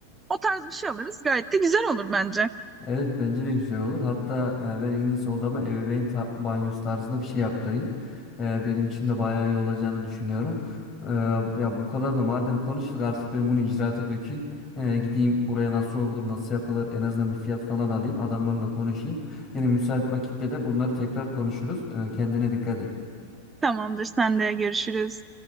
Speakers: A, on the right; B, on the left.
A: O tarz bir şey alırız gayet de güzel olur bence.
B: Evet bence de güzel olur. Hatta e, ben en iyisi odama ebeveyn ta- banyosu tarzında bir şey yaptırayım. E, benim için de bayağı iyi olacağını düşünüyorum. E, ya bu kadar da madem konuştuk artık ben bunu icraata dökeyim. E, gideyim buraya nasıl olur, nasıl yapılır en azından bir fiyat falan alayım. Adamlarla konuşayım. Yine müsait vakitte de bunları tekrar konuşuruz. E, kendine dikkat et.
A: Tamamdır sen de görüşürüz.